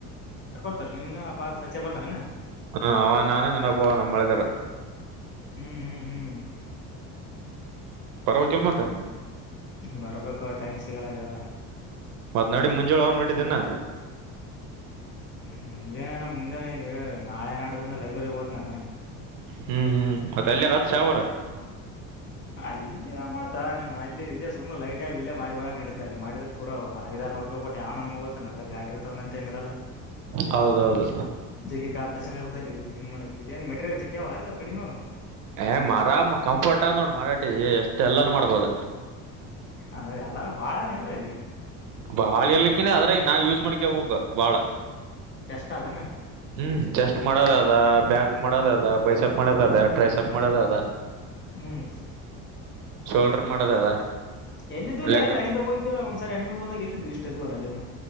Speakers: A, on the left; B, on the right.
A: <unintelligible> ನೀನು ಅಪಾರ ಪಚ್ಚೆ ಬರ್ತಾವೇನ.
B: ಹಾ ಅವ ನಾನು ಜನಪವ ನಮ್ಮ ಮಳೆಗಾರ.
A: ಹ್ಮ್ ಹ್ಮ್ ಹ್ಮ್.
B: ಬರ್ಬೇಕಿಲ್ ಮತ್ತೆ.
A: ಬರ್ಬೇಕು ಟೈಮ ಸಿಗೋಲೋಲ್ ಅಗದ.
B: ಮತ್ ನಡಿ ಮುಂಜಾಳ ಹೋಗ್ ನಡಿದಿನ
A: ಮುಂಜಾನೆಗ ನಾ ಮುಂಜಾನೆಗೆ ನಾಳೆ ನಾಡದಿಂದ ಲೈಬ್ರರಿಗ್ ಹೋತ್ ನಾನು.
B: ಹ್ಮ್ ಹ್ಮ್ ಮತ್ತೆ ಅಲ್ಲಿಯ ರತ್ ಶ ಊರ.
A: ಅಲ್ಲಿ ಮಾಡ್ತ ನೀನು ಅಲ್ಲಿ ಇಲ್ಲೇ ಸುಮ್ನೆ ಲೈಟ್ ಆಗಿ ಇಲ್ಲೇ ಮಾಡಿ ಬರಕ ನಡಿದ್ದೆ ಅಲ್ಲಿ ಮಾಡಿದ್ರೆ ಪೂರಾ ಐದಾರ. ಆರನೂರು ರೂಪಾಯಿ ಕೊಟ್ಟು ಯಾವ ನನ್ಮಗ ಹೋಗತ್ತ ನೆ ಅದ್ರ ಗಾಡಿ ಇರ್ತಾವ ಒಂದೊಂದು ಟೈಮ್ ಇರಲ್ಲ.
B: ಹೌದೌದು
A: ಜಗ್ಗೀ ಕಾಂಪಿಟೇಶನ್ ಇರುತ್ತಲೇ ಜಿಮ್ ಮಾಡಕ್ಕೆ ಇಲ್ಲೇನ್ ಮೆಟೀರಿಯಲ್ ಸಿಕ್ಕವ್ವ ಇಲ್ಲ ಕಡಿಮೆ ಅವಾ.
B: ಏ ಮರಾಮ ಕಂಫೋರ್ಟ್ ಆದ ನೋ ಮರಾಠಿ ಎಷ್ಟ ಎಲ್ಲಾನು ಮಾಡ್ಬೋದ.
A: ಅಂದ್ರೆ ಎಲ್ಲ ಬಾಳೇನ ಇಲ್ಲ ಇಲ್ಲಿ.
B: ಬಾಳ ಎರ್ಲಿಕ್ಕಿನ ಅದ್ರಾಗ ನಾವ್ ಯೂಸ್ ಮಾಡ್ಕೋಬೇಕ ಬಾಳ.
A: ಜಸ್ಟ್ ಅದೇನ
B: ಹ್ಮ್ ಚಸ್ಟ್ ಮಾಡೋದ ಅದ. ಬ್ಯಾಕ್ ಮಾಡೋದ ಅದ ಬೈಸೆಪ್ ಮಾಡೋದ ಅದ ಟ್ರೈಸಪ್ ಮಾಡೋದ ಅದ.
A: ಹ್ಮ
B: ಶೋಲ್ಡರ್ ಮಾಡೋದ ಅದ.
A: ಎಲ್ಲಿದ್ದುಲ್ಲೋ
B: ಲೆಗ್
A: ಅಲ್ಲಿ ಅಣಮೆಗೆ ಹೋಗಿದ್ದ್ವಲ್ಲ ಒಂದ್ಸಾರಿ ಅಣಮೆ ಹೋದಾಗ ಎಲ್ಲ ಇದ್ವೊ ಇಷ್ಟ್ಇದ್ವೇನೋ ಅಲ್ಲಿನು.